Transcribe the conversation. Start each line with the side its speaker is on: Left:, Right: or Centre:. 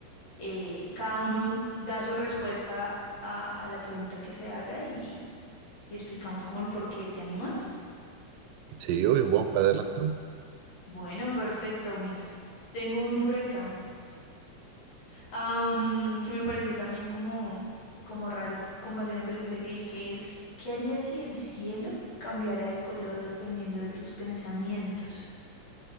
Left: eh, cada uno da su respuesta a, a la pregunta que se haga y explicamos como el por qué. ¿Te animas?
Right: Sí, obvio, vamos para adelante. ¿no?
Left: Bueno, perfecto. Mira, tengo uno por acá am, que me pareció también como, como raro con base a una película que vi que es, ¿qué harías si el cielo cambiara de color dependiendo de tus pensamientos?